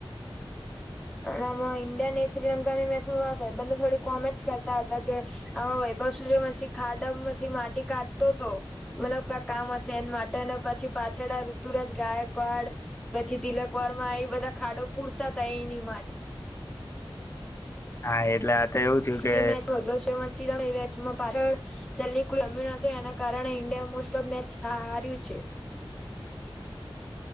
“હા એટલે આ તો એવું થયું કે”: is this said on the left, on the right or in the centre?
Left